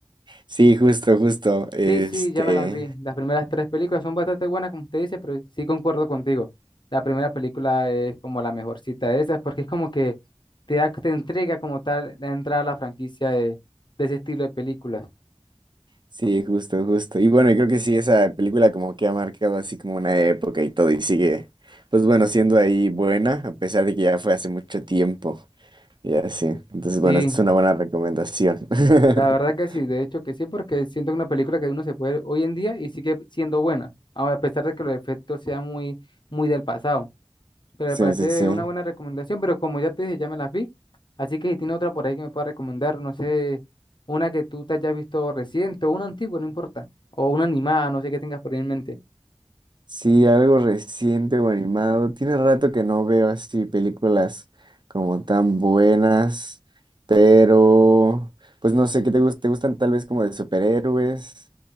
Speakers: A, on the right (about 50°); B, on the left (about 50°).
A: Sí, justo, justo. Este.
B: Sí, sí, ya me las vi. Las primeras tres películas son bastante buenas, como usted dice, pero sí concuerdo contigo. La primera película es como la mejorcita de esas, porque es como que te da, te entrega como tal la entrada a la franquicia de, de ese estilo de películas.
A: Sí, justo, justo. Y bueno, yo creo que sí, esa película como que ha marcado así como una época y todo, y sigue, pues bueno, siendo ahí buena, a pesar de que ya fue hace mucho tiempo. Y así. Entonces, bueno,
B: Sí,
A: es una buena recomendación.
B: la
A: <laughs>
B: verdad que sí, de hecho que sí, porque siento que es una película que uno se puede ver hoy en día y sigue siendo buena, aun a pesar de que los efectos sean muy, muy del pasado. Pero
A: Sí,
B: me parece
A: sí, sí.
B: una buena recomendación, pero como ya te dije, ya me las vi. Así que si tiene otra por ahí que me pueda recomendar, no sé, una que tú te hayas visto reciente o una antigua, no importa. O una animada, no sé qué tengas por ahí en mente.
A: Sí, algo reciente o animado. Tiene rato que no veo así películas como tan buenas, pero pues no sé, ¿qué te gustan? ¿Te gustan tal vez como de superhéroes?